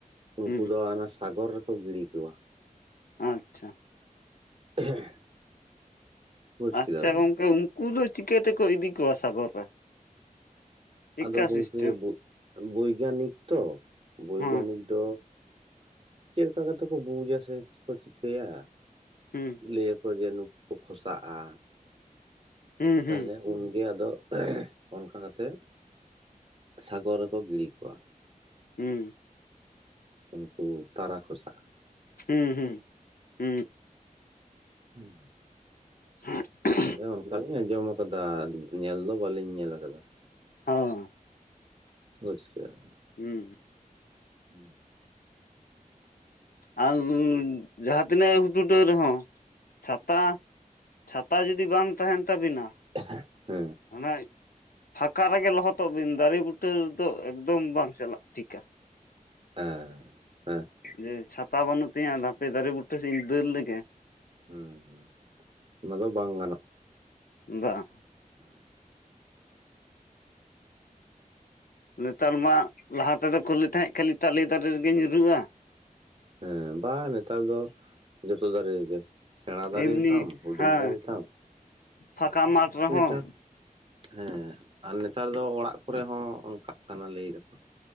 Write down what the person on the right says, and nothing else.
ᱩᱱᱠᱩ
ᱫᱚ ᱚᱱᱟ ᱥᱟᱜᱚᱨ ᱨᱮᱠᱚ ᱜᱤᱲᱤᱠᱚᱣᱟ᱾
<unintelligible> ᱵᱩᱡᱽ
ᱠᱮᱫᱟ ᱵᱤᱱ
ᱟᱫᱚ ᱜᱚᱝᱠᱮ
ᱵᱳ-ᱵᱳᱭᱜᱟᱱᱤᱠ ᱛᱚ ᱵᱳᱭᱜᱟᱱᱤᱠ
ᱫᱚ ᱪᱮᱜ ᱞᱮᱠᱟ ᱠᱟᱛᱮ ᱠᱚ ᱵᱩᱡᱟ ᱥᱮ ᱠᱚ ᱪᱤᱠᱟᱹᱭᱟ?
ᱞᱟᱹᱭᱟᱠᱚ ᱡᱮ ᱱᱩᱠᱩ ᱠᱚ ᱠᱷᱚᱥᱟᱜᱼᱟ ᱾
ᱛᱟᱦᱞᱮ ᱩᱱᱜᱮ ᱟᱫᱚ ᱚᱱᱠᱟ ᱠᱟᱛᱮᱜ ᱥᱟᱜᱚᱨ ᱨᱮᱠᱚ ᱜᱤᱲᱤ ᱠᱚᱣᱟ ᱾
ᱩᱱᱠᱩ ᱛᱟᱨᱟ ᱠᱷᱚᱥᱟ᱾
<unintelligible>
ᱛᱟᱦᱞᱮ ᱚᱱᱠᱟᱞᱤᱧ ᱟᱸᱡᱚᱢ ᱠᱟᱫᱟ ᱧᱮᱞ ᱫᱚ ᱵᱟᱹᱞᱤᱧ ᱧᱮᱞ ᱠᱟᱫᱟ ᱾
ᱵᱩᱡ ᱠᱮᱫᱟᱵᱤᱱ᱾
ᱦᱩᱸ ᱾
ᱦᱩᱸ ᱾
ᱮᱸ ᱦᱮᱸ ᱾
ᱦᱩᱸ ᱦᱩᱸ ᱚᱱᱟ ᱫᱚ ᱵᱟᱝ ᱜᱟᱱᱚᱜᱼᱟ ᱾
ᱦᱩᱸ᱾
ᱦᱮᱸ ᱵᱟᱝ ᱱᱮᱛᱟᱨ ᱫᱚ ᱡᱚᱛᱚ ᱫᱟᱨᱮ ᱨᱮᱜᱮ᱾ ᱥᱮᱬᱟᱸ ᱫᱟᱨᱮ
ᱛᱟᱢ ᱦᱩᱰᱤᱧ
ᱫᱟᱨᱮ ᱛᱟᱢ᱾
ᱱᱮᱛᱟᱨ ᱦᱮᱸ ᱟᱨ ᱱᱮ ᱱᱮᱛᱟᱨ ᱫᱚ ᱚᱲᱟᱜ ᱠᱚᱨᱮ ᱦᱚᱸ ᱚᱱᱠᱟᱜ ᱠᱟᱱᱟ ᱞᱟᱹᱭ ᱫᱟᱠᱚ᱾